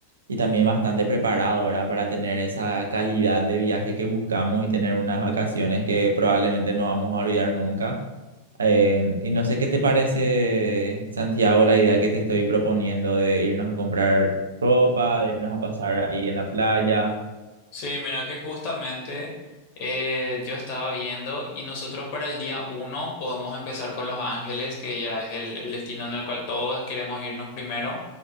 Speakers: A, on the right; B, on the left.
A: y también bastante preparado, ¿verdad? Para tener esa calidad de viaje que buscamos y tener unas vacaciones que probablemente no vamos a olvidar nunca. Eh, y no sé qué te parece, Santiago, la idea que te estoy proponiendo de irnos a comprar ropa, de irnos a pasar ahí en la playa.
B: Sí, mira que justamente eh, yo estaba viendo y nosotros para el día uno podemos empezar con Los Ángeles, que ya es el, el destino en el cual todos queremos irnos primero.